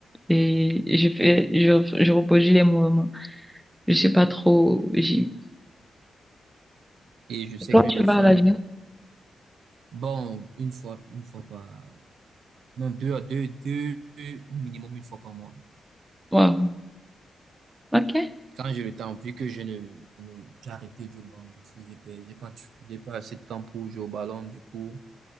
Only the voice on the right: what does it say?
Et je sais
que les
filles,
bon, une fois, une fois par, non, deux à deux, deux, deux au minimum une fois par mois.
Quand j'ai le temps, vu que je ne, je ne- j'ai arrêté de jouer au ballon parce que j'ai pas, j'ai pas, tr- j'ai pas assez de temps pour jouer au ballon, du coup,